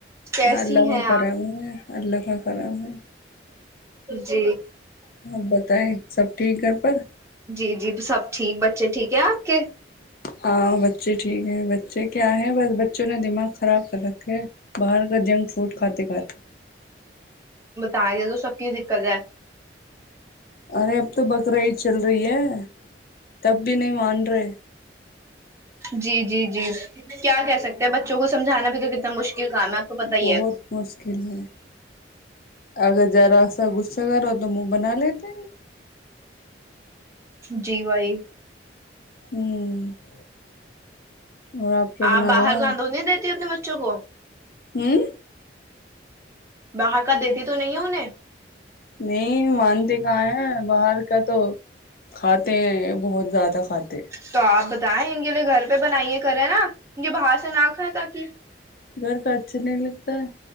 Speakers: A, on the right (about 15°); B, on the left (about 50°).
A: کیسی
B: ہلہگ
A: ہیں آپ
B: کرا ہے اللہ کا کرم ہے
A: جی
B: ہ بتائےت سب ٹھیک ہے پر
A: جی جی سب ٹھیک بچے ٹھیک کیا آ کے
B: ہاں بچے ٹھیک ہے بچے کیا ہے بس بچوں نے دماغ خراب کر رکھے باہر جنک فوڈ کھاتے کھاتے
A: بتائیں یہ تو سب کی دقت ہے
B: ارے اب تو بکرا ہی چل رہی ہے تب بھی نہیں مان رہے
A: جی جی جی کیا کہہ سکتے ہیں بچوں کو سمجھانا بھی تو کتنا مشکل کام ہے آپ کو پتا ہی
B: بہت
A: ہے
B: مشکل ہے اگر جراصا غصہ کرو تو منہ بنا لیتے ہیں
A: جی بھائی
B: ہوں اور کیا بنا
A: آپ باہر
B: رہے ہو
A: کاندونی دیتی اپنے مچ پچ گ
B: ہوں
A: بہکہ دیتی تو نہیں انہیں
B: نہیں مانتے کہاں ہے باہر کا تو کھاتے ہیں بہت زیادہ کھاتے ہیں
A: تو آپ بتائیں ان کے لیے گھر پہ بنائیے کریں نا ان کے باہر سے نہا کھائیں تاکہ
B: گھر کا ارچ نہیں لگتا ہے